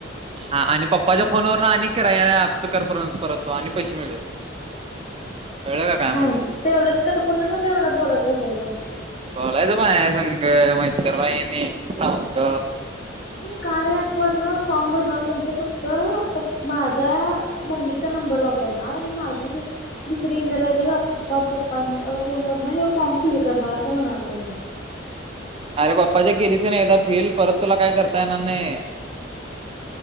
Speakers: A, on the right; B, on the left.
A: हा आणि पप्पाच्या
B: हा
A: फोनवर ना आणि. करा या नाही आपच करपर्य परतो आणि पैसे मिळते कळले का काय
B: हा
A: म्हणलो.
B: तेवढंच काताुणा सांगा एवढं बोलत बसायचं.
A: बोलायच बाय संघ महितकर बाहिनी सांग.
B: कार्य अँप वर न फॉर्म भरणार म्हणजे फक्त. माझा मम्मीचा नंबर वापरणार आणि माझी दुसरी ईमेल आय डी वापर. प्पा पप्पां फोनवर ना हे फॉर्म फिल करणार असं म्हणाल तो मी.
A: अरे पप्पाच्या गेलीस नाही एकदा फिल परत तुला काय करता येणार नाही.